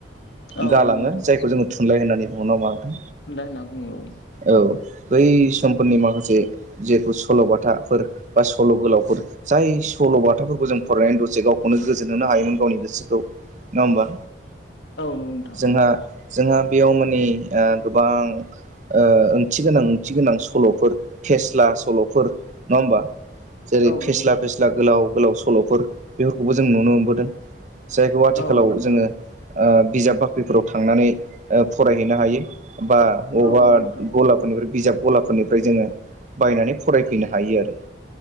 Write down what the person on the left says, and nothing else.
औ
नंगौ नोंथां
खुन्दा होनना बुङो औ
नंगौ नोंथां
औ नंगौ
नोंथां
औ नंगौ नोंथां
औ नंगौ नोंथां